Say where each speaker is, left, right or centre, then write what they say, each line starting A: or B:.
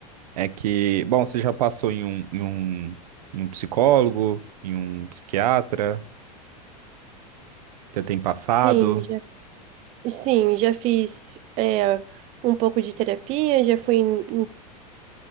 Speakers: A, on the right; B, on the right.
A: é que, bom, você já passou em um, em um, em um psicólogo, em um psiquiatra, você tem passado?
B: Sim, já, sim, já fiz é, um pouco de terapia, já fui em,